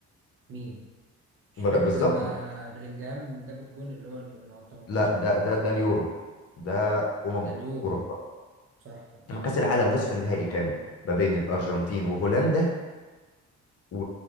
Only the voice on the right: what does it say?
مين مش
فاكر
لما
بلينجهام جاب الجون اللي هو اللي من على 18
ده
ده اليورو
صح